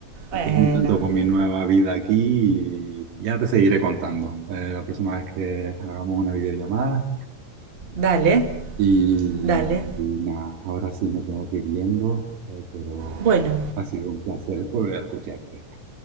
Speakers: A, on the right (about 20°); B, on the right (about 85°).
A: Bueno,
B: Estoy contento con mi
A: eh,
B: nueva vida aquí y ya te seguiré contando eh, la próxima vez que hagamos una videollamada.
A: dale,
B: Y
A: dale.
B: nada, ahora sí me tengo que ir yendo, eh, pero
A: Bueno,
B: ha sido un placer volver a escucharte.